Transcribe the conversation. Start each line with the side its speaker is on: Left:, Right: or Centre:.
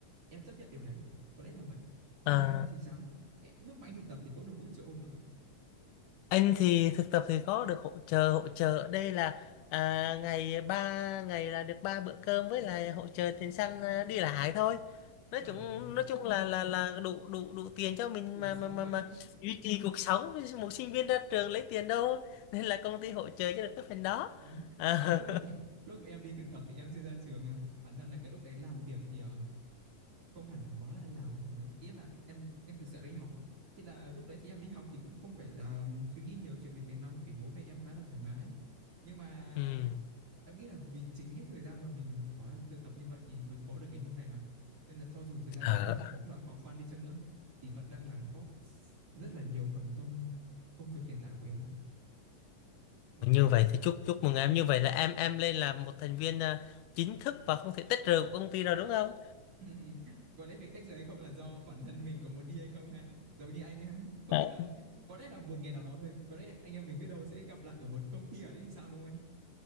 Right: em chấp nhận điều đấy, có lẽ là vậy.
Left: à
Right: Như anh thì sao? Ê, lúc mà anh thực tập thì có được hỗ trợ không ạ?
Left: Anh thì thực tập thì có được hỗ trợ hỗ trợ ở đây là à, ngày ba ngày là được ba bữa cơm với lại hỗ trợ tiền xăng à, đi lại thôi nói
Right: Trời
Left: chung
Right: ơi,
Left: nói chung là là là đủ đủ đủ tiền cho mình
Right: đủ
Left: mà
Right: sống
Left: mà mà
Right: ha.
Left: mà duy trì cuộc sống một sinh viên ra trường lấy tiền đâu nên là công ty hỗ trợ cho được cái phần đó
Right: Ờ,
Left: à,
Right: cái lúc mà em lúc mà em đi thực tập thì em chưa ra trường ha. Bản thân là cái lúc đấy làm việc thì, ờ, không hẳn là quá là làm nhiều thứ ý là em em thực sự đi học thì là lúc đấy thì em đi học thì cũng không phải là suy nghĩ nhiều chuyện về tiền nong vì bố mẹ em khá là thoải mái nhưng mà
Left: <laughs> ừ.
Right: em nghĩ là vì chính cái thời gian mà mình bỏ ra tự tập như vậy thì mới có được ngày hôm nay mà nên là cho dù thời gian
Left: Ờ,
Right: đấy em nghĩ là có là khó khăn đi chăng nữa thì vẫn đang là góp rất là nhiều phần trong công việc hiện tại của em ạ ừ.
Left: như vậy thì chúc chúc mừng em như vậy là em em lên là một thành viên à, chính thức và không thể tách rời của công ty rồi đúng không
Right: <laughs> Ừm, có lẽ việc tách rời hay không là do bản thân mình có muốn đi hay không hay giống như anh <laughs> không
Left: <laughs>
Right: biết là có lẽ là một ngày nào đó thôi có lẽ anh em mình biết đâu sẽ gặp lại ở một công ty ở đấy thì sao đúng không anh